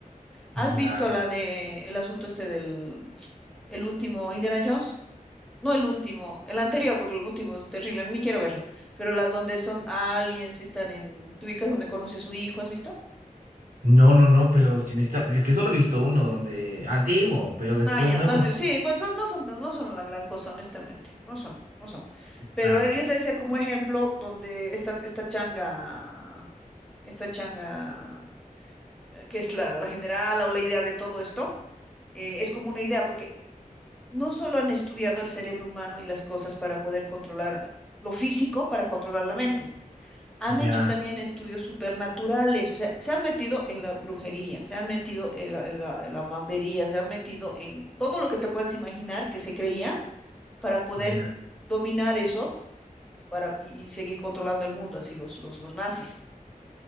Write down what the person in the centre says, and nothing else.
¿Has
visto la de el asunto este del el último Indiana Jones? No el último, el anterior, porque el último es terrible, ni quiero verla. Pero la donde son aliens y están en, ¿te ubicas donde conoce a su hijo? ¿Has visto?
Ah, ya,
no has visto. Sí, bueno, son, no son, no son la gran cosa, honestamente. No son, no son. Pero
él- yo te decía como ejemplo donde esta, esta changa, esta changa, eh, que es la, la general o la idea de todo esto, eh, es como una idea, porque No solo han estudiado el cerebro humano y las cosas para poder controlar ah, lo físico, para controlar la mente. Han
hecho también estudios supernaturales, o sea, se han metido en la brujería, se han metido en la, en la- en la mambería, se han metido en todo lo que te puedas imaginar que se creía para poder
eh, dominar eso para, y, y seguir controlando el mundo, así los, los, los nazis,